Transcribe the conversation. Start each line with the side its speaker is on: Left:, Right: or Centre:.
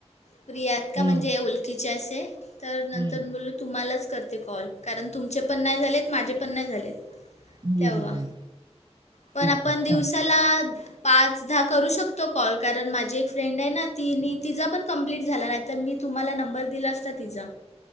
Left: फ्री आहात का
Right: हम्म
Left: म्हणजे ओलकीचे असे, तर नंतर
Right: हम्म
Left: बोलू तुम्हालाच करते कॉल. कारण तुमचे पण नाही झालेत, माझे पण नाही झालेत.
Right: हम्म
Left: तेव्हा,
Right: हम्म
Left: ‌पण
Right: अच्छा,
Left: आपण दिवसाला
Right: अच्छा.
Left: पाच दहा करू शकतो कॉल. कारण माझी एक फ्रेंड आहे ना, तीनी तिचा पण कंप्लीट झाला नाही. तर मी तुम्हाला नंबर दिला असता तिचा.